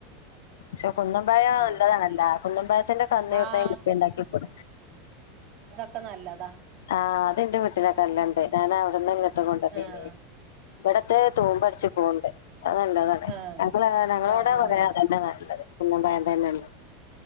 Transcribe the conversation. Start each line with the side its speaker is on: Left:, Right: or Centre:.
Left: <inaudible> ശൊ കുന്നംമ്പായാ
Right: ആഹ്
Left: നല്ലതാണല്ല കുന്നമ്പാത്തിന്റെ കന്നി
Right: ആഹ്
Left: ഇട്ന്നെങ്കിലും ഇണ്ടാക്കിക്കൊട്
Right: ക്ക് നല്ലതാ
Left: ആഹ് അത്െന്റെ വീട്ടിലൊക്കെല്ലണ്ട് ഞാൻ അവിടന്ന് ഇങ്ങട്ട് കൊണ്ടന്നിനിം
Right: ആഹ്
Left: ഇവിടത്തെ തൂമ്പ് അടിച്ച് പോണ്ട് അത് നല്ലതാണ്
Right: ആഹ്
Left: ഞങ്ങൾതാലും ഞങ്ങളോടെ
Right: ആഹ് ആഹ്
Left: കൊറേ അത് എന്നെ നല്ലത് കുന്നപയം തന്നെ ഉണ്ട്